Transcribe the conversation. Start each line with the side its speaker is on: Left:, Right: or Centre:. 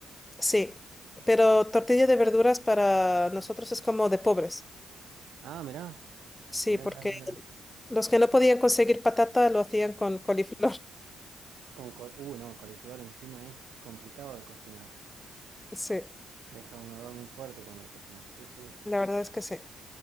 Left: Sí, pero tortilla de verduras para nosotros es como de pobres.
Right: Ah, mirá,
Left: Sí,
Right: mirá,
Left: porque
Right: mirá, mirá. mirá.
Left: los que no podían conseguir patata lo hacían con coliflor. <laughs>
Right: Con col- uh, no, coliflor encima es complicado de cocinar.
Left: Sí,
Right: Deja un olor muy fuerte cuando lo cocinas. Sí, sí.
Left: la verdad es que sí.